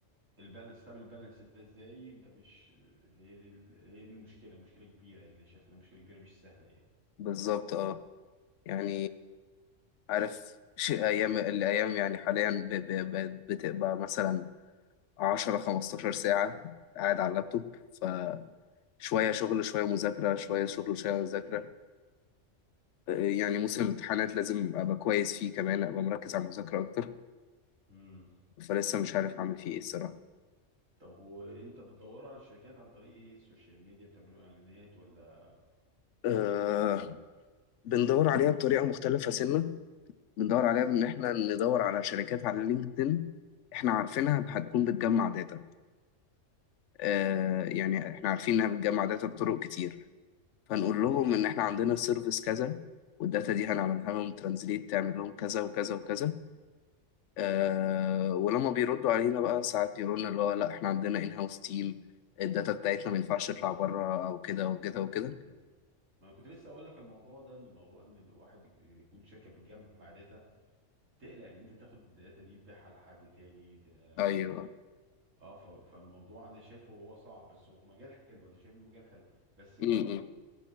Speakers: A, on the right; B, on the left.
A: البالانس تعمل البالانس ده ازاي انت مش هي دي ال- هي دي المشكلة مشكلة كبيرة يعني شايف انها مشكلة كبيرة مش سهلة يعني
B: بالظبط اه يعني عارف شيء ايام الايام يعني حاليا ب- ب- ب- بتبقى مثلا 10 15 ساعة قاعد على اللابتوب ف شوية شغل شوية مذاكرة شوية شغل شوية مذاكرة آه، يعني موسم
A: طب
B: الامتحانات لازم أبقى كويس فيه كمان أبقى مركز على المذاكرة أكتر
A: مم.
B: فلسه مش عارف أعمل فيه إيه الصراحة
A: طب وانت بتدور على الشركات عن طريق ايه السوشيال ميديا بتعملوا اعلانات ولا
B: أه
A: آه.
B: بندور عليها بطريقة مختلفة سنة بندور عليها بإن إحنا ندور على شركات على لينكدإن إحنا عارفينها هتكون بتجمع داتا آه، يعني احنا عارفين انها بتجمع داتا بطرق كتير فنقول
A: مم.
B: لهم ان احنا عندنا السيرفيس كذا والداتا دي هنعملها لهم ترانزليت تعمل لهم كذا وكذا وكذا آه ولما بيردوا علينا بقى ساعات يقولوا لنا اللي هو لا احنا عندنا ان هاوس تيم الداتا بتاعتنا ما ينفعش تطلع
A: مم.
B: بره او كده وكده وكده
A: مم. ما انا كنت لسه اقول لك الموضوع ده ان الموضوع ان الواحد يكون شركه بتجمع داتا تقلق إن أنت تاخد الداتا دي تبيعها لحد تاني ت آمم،
B: ايوه
A: آه، ف فالموضوع أنا شايفه هو صعب، بس هو مجال حلو، أنا شايف إنه مجال حلو، بس برضه
B: امم